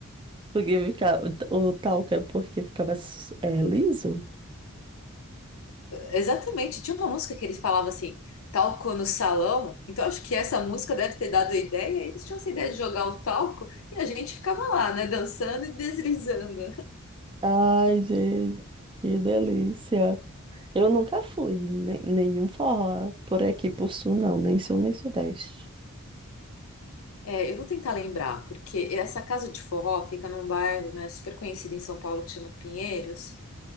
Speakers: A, on the right; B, on the left.
A: Porque fica, o, o talco é porque ficava s- é, liso?
B: Exatamente. Tinha uma música que eles falavam assim, talco no salão. Então acho que essa música deve ter dado a ideia. Eles tinham essa ideia de jogar o talco e a gente ficava lá, né, dançando e deslizando.
A: Ai, gente, que delícia! Eu nunca fui em ne- nenhum forró por aqui, por sul, não, nem sul, nem sudeste.
B: É, eu vou tentar lembrar, porque essa casa de forró fica num bairro, né, super conhecido em São Paulo que chama Pinheiros,